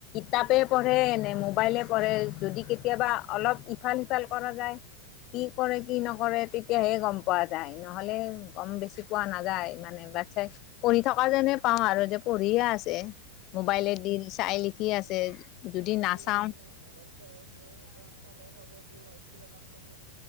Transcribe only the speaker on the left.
কাপ পঢ়ে এনে মোবাইলে পঢ়ে যদি কেতিয়াবা অলপ ইফাল সিফাল কৰা যায় কি কৰে কি নকৰে তেতিয়াহে গম পোৱা যায় নহলে গম বেছি পোৱা নাযায় মানে বাচ্ছাই পঢ়ি থকা যেনে পাওঁ আৰু যে পঢ়িয়ে আছে
মোবাইলে দি চাই লিখি আছে, যদি
নাচাওঁ